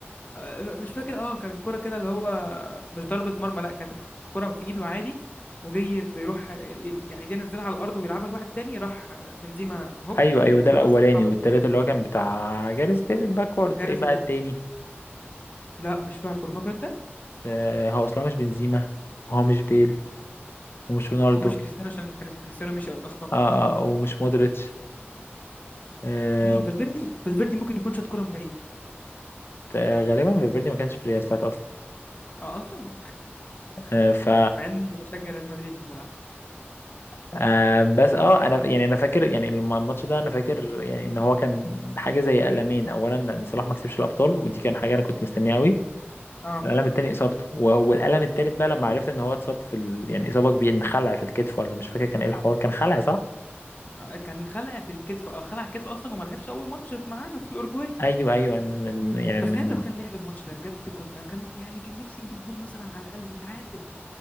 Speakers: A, on the left; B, on the left.
A: آه، مش فاكر اه كانت الكرة كده اللي هو مش ضربة مرمى لا كانت الكرة في ايده عادي وجاي اللي يروح يعني جاي ينزلها على الارض ويلعبها لواحد تاني راح بنزيما هوب
B: ايوه
A: برجله
B: ايوه ده الاولاني
A: لمسها وحطها في
B: والتالت
A: الجون
B: اللي هو كان بتاع جاريث بيل الباكورد
A: جاريث
B: ايه بقى
A: بيل
B: التاني
A: لا مش فاكره فاكر انت
B: آه، هو اصلا مش بنزيما وهو مش بيل ومش رونالدو
A: ومش كريستيانو عشان كان كريستيانو مشي اصلا
B: اه اه ومش مودريتش آه،
A: مين فالفيردي فالفيردي ممكن يكون شاط كرة من بعيد
B: غالبا فالفيردي ما كانش في الريال ساعتها اصلا
A: اه اصلا
B: آه، ف
A: مع اني بشجع ريال مدريد بصراحة
B: آه، بس اه انا يعني انا فاكر يعني لما الماتش ده انا فاكر يعني ان هو كان حاجه زي قلمين اولا ان صلاح ما كسبش الابطال ودي كان حاجه انا كنت مستنيها قوي
A: اه
B: والقلم التاني اصابته و- والقلم التالت بقى لما عرفت ان هو اتصاب في ال... يعني اصابه كبيره ان خلع في الكتف ولا مش فاكر كان ايه الحوار كان خلع صح
A: آه، كان خلع في الكتف اه خلع الكتف اصلا وما لعبش اول ماتش في معانا في الاورجواي
B: ايوه ايوه إن- إن- إن- يعني
A: تخيل
B: إن-
A: لو كان لعب الماتش ده بجد كنا كان يعني كان نفسي نجيب جون مثلا على الاقل نتعادل